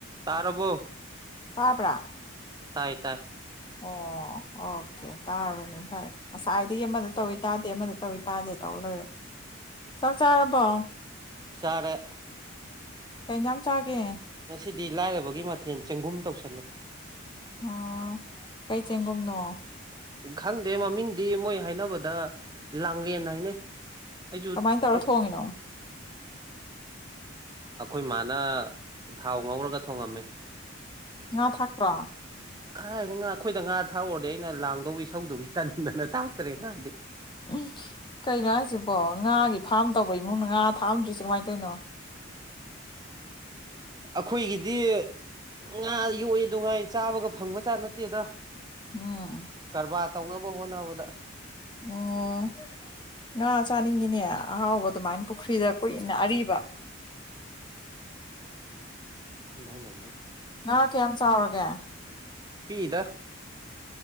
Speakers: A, on the right; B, on the left.
A: ꯇꯥꯔꯔꯕꯣ
B: ꯇꯥꯕ
A: ꯇꯥꯏ ꯇꯥꯏ
B: ꯑꯣ ꯑꯣꯀꯦ ꯇꯥꯔꯕꯅꯤ ꯐꯔ ꯉꯁꯥꯏꯗꯒꯤ ꯑꯃꯗ ꯇꯧꯤ ꯇꯥꯗꯦ ꯑꯃꯗ ꯇꯧꯤ ꯇꯥꯗꯦ ꯇ ꯂꯩꯔꯣ ꯆꯥꯛ ꯆꯥꯔꯕꯣ
A: ꯆꯔꯦ
B: ꯀꯩꯖꯥꯡ ꯆꯥꯒꯦ
A: ꯉꯁꯤꯗꯤ ꯂꯥꯏꯔꯕꯒꯤ ꯃꯊꯦꯜ ꯆꯦꯡꯒꯨꯝ ꯇꯧꯁꯜꯂꯦ
B: ꯑꯣ ꯀꯩ ꯆꯦꯡꯒꯨꯝꯅꯣ
A: ꯈꯪꯗꯦ ꯃꯃꯤꯡꯗꯤ ꯃꯣꯏ ꯍꯥꯏꯅꯕꯗ ꯂꯥꯡꯂꯦꯟ ꯍꯥꯏꯅꯩ ꯑꯩꯁꯨ
B: ꯀꯃꯥꯏꯅ ꯇꯧꯔ
A: ꯑꯩ
B: ꯊꯣꯡꯉꯤꯅꯣ
A: ꯑꯩꯈꯣꯏ ꯏ ꯃꯥꯅ ꯊꯥꯎ ꯉꯧꯔꯒ ꯊꯣꯡꯉꯝꯃꯦ
B: ꯉ ꯊꯥꯛ꯭ꯔꯣ
A: ꯀꯥꯏꯅꯤ ꯉꯥ ꯑꯩꯈꯣꯏꯗ ꯉꯥ ꯊꯥꯛꯎꯔꯗꯤ ꯑꯩꯅ ꯂꯥꯡꯗꯧ ꯏꯁꯧꯗꯨꯒꯤ ꯇꯟꯗꯅ ꯇꯥꯛꯇꯔꯦ ꯉꯥꯗꯤ
B: ꯎꯝ ꯀꯩꯅꯣ ꯍꯥꯏꯁꯤꯕꯣ ꯉꯥꯒꯤ ꯐꯥꯔꯝ ꯇꯧꯕ ꯏꯃꯨꯡꯅ ꯉꯥ ꯊꯥꯛꯑꯝꯗ꯭ꯔꯤꯁꯦ ꯀꯃꯥꯏꯅ ꯇꯧꯔꯤꯅꯣ
A: ꯑꯩꯈꯣꯏꯒꯤꯗꯤ ꯉꯥ ꯌꯣꯛꯏ ꯅꯨꯡꯉꯥꯏ ꯆꯥꯕꯒ ꯐꯪꯕꯖꯥꯠ ꯅꯠꯇꯦꯗ
B: ꯎꯝ
A: ꯀꯔꯕꯥꯔ ꯇꯧꯅꯕ ꯍꯣꯠꯅꯕꯗ
B: ꯎꯝ ꯉꯥ ꯆꯥꯅꯤꯡꯉꯤꯅꯦ ꯑꯍꯥꯎꯕ ꯑꯗꯨꯃꯥꯏꯅ ꯄꯨꯈ꯭ꯔꯤꯗ ꯀꯨꯏꯅ ꯑꯔꯤꯕ
A: ꯎ ꯊꯪꯗ
B: ꯉꯥ ꯀꯌꯥꯝ ꯆꯥꯎꯔꯒꯦ
A: ꯄꯤꯗ